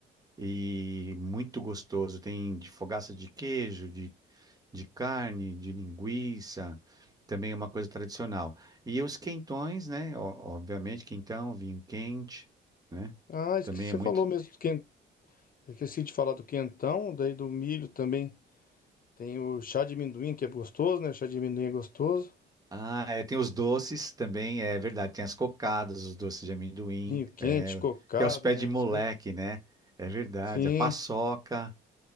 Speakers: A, on the right; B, on the left.
A: E muito gostoso. Tem de fogaça de queijo, de de carne, de linguiça, também é uma coisa tradicional. E os quentões, né? Ó- Obviamente, quentão, vinho quente, né?
B: ah, esqueci,
A: Também
B: você
A: é muito.
B: falou mesmo do quen- eu Esqueci de falar do quentão, daí do milho também. Tem o chá de amendoim, que é gostoso, né? O chá de amendoim é gostoso.
A: Ah, é, tem os doces também, é verdade. Tem as cocadas, os doces de amendoim,
B: Vinho quente,
A: é,
B: cocada,
A: que é os pés
B: né?
A: de moleque,
B: Cê-
A: né? É verdade.
B: Sim,
A: A paçoca,